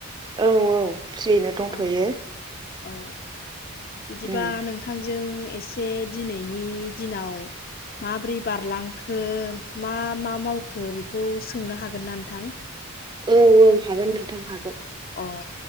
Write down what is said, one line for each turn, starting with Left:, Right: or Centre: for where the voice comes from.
Right: औ औ फ्रियैनो दंथ'यो।
Left: अ औ औ बिदिबा
Right: उम
Left: नोंथांजों एसे दिनैनि दिनाव माबोरै बारलांखो मा मा मावखो बेखौ सोंनो हागोन ना नोंथां?
Right: औ औ हागोन नोंथां हागोन।
Left: अ